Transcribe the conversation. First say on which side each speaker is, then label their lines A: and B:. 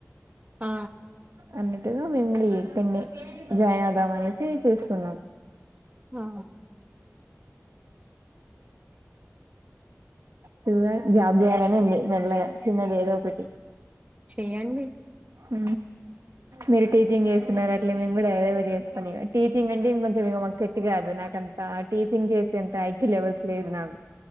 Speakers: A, on the right; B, on the right.
A: ఆ
B: అన్నట్టుగా మిమున్ని జాయిన్ అవుదామనే చేూస్తున్నాం
A: ఆ
B: చూగా జాబ్ చేయాలని ఉంది మెల్లగా చిన్నది ఏదో ఒకటి
A: చెయ్యండి
B: హ మెరిటీజింగ్ ఎస్ స్తున్నారు అట్లే మేము డైరైట్ వ చేసుకొని టీచింగ్ అంటే ఇంక కొంచెం ఇం మాకు సెట్ కాదు నాకంతా టీచింగ్ చేసేంత ఐకు లెవెల్స్ లేదు నాకు